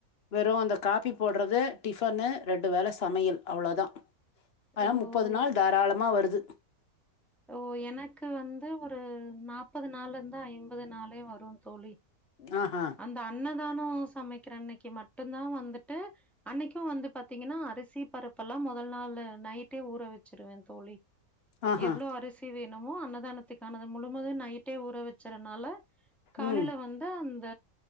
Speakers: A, on the left; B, in the centre.
A: வெறும் அந்த காபி போட்றது டிஃபன்னு ரெண்டு வேல சமையல் அவ்ளோதா ஆனா
B: ஓ
A: முப்பது நாள் தாராளமா வருது
B: ஓ எனக்கு வந்து ஒரு நாப்பது நாள்ல இருந்து ஐம்பது நாளே வரும் தோழி
A: அ ஆ
B: அந்த அன்னதானம் சமைக்கிற அன்னைக்கு மட்டுந்தா வந்துட்டு அன்னைக்கும் வந்து பாத்தீங்கன்னா அரிசி பருப்பல்லா முதல் நாளு நைட்டே ஊற வச்சிருவே தோழி
A: ஆஹா.
B: எவ்ளோ அரி சி வேணுமோ அன்னதானத்துக்கானது முழுவதும் நைட்டே ஊற வச்சறனால காலையில
A: ம்.
B: வந்து து அந்த